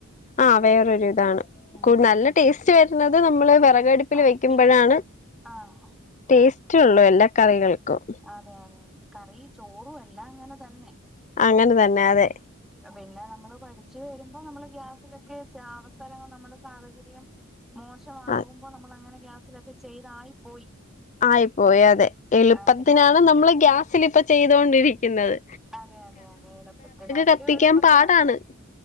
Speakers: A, on the left (about 35°); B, in the centre.
A: ആ വേറൊരു ഇതാണ്.
B: ഉം
A: നല്ല ടേസ്റ്റ് വരുന്നത് നമ്മള് വെറകടു പ്പില്
B: അടുപ്പിൽ
A: വെക്കുമ്പോഴാണ്
B: ആഹ്
A: ടേസ്റ്റ്ള്ളൂ എല്ലാ കറികൾക്കും.
B: അതെ അതെതെ കറി ചോറും എല്ലാം അങ്ങനെ തന്നെ.
A: അങ്ങനെ തന്നെ അതെ.
B: പിന്നെ നമ്മള് പഠിച്ചു വരുമ്പോ നമ്മള് ഗ്യാസിലൊക്കെ ജ അവസരങ്ങൾ നമ്മടെ സാഹചര്യം. മോശമാകുമ്പോ
A: ആഹ്
B: നമ്മൾ അങ്ങനെ ഗ്യാസിലൊക്കെ ചെയ്തായി പോയി.
A: ആയിപ്പോയി അതെ എളുപ്പത്തിനാണ്
B: ആ പിന്നെ
A: നമ്മള് ഗ്യാസിലിപ്പ ചെയ്തൊണ്ടിരിക്കുന്നത്.
B: അതെ, അതെ, അതെ എളുപ്പത്തില് അതില്
A: കത്തിക്കാൻ
B: എളുപ്പത്തിലാണ്.
A: പാടാണ്